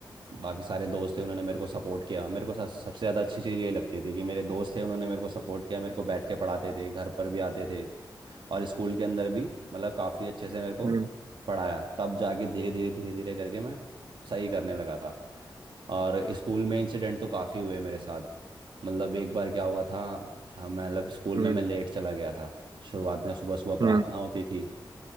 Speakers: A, on the right; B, on the right.
A: बाकी सारे दोस्त थे उन्होंने मेरे को सपोर्ट किया मेरे को सब- सबसे ज़्यादा अच्छी चीज़ ये लगती थी कि मेरे दोस्त थे उन्होंने मेरे को सपोर्ट किया मेरे को बैठ के पढ़ाते थे घर पर भी आते थे और स्कूल के अंदर भी मतलब काफ़ी अच्छे से मेरे को
B: हम्म
A: पढ़ाया तब जाके धीरे धीरे धीरे धीरे करके मैं सही करने लगा था और स्कूल में इंसिडेंट तो काफ़ी हुए मेरे साथ मतलब एक बार क्या हुआ था हम मतलब स्कूल
B: हम्म
A: में मैं लेट चला गया था शुरुआत में सुबह सुबह
B: हम्म
A: प्रार्थना होती थी